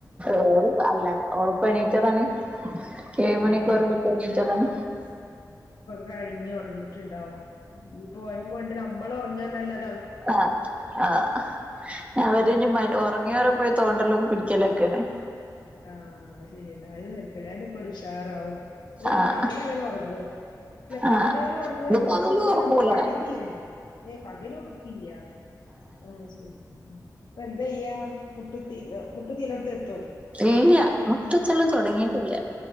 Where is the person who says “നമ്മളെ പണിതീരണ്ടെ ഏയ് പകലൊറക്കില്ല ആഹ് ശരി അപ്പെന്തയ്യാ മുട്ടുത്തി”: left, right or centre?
Left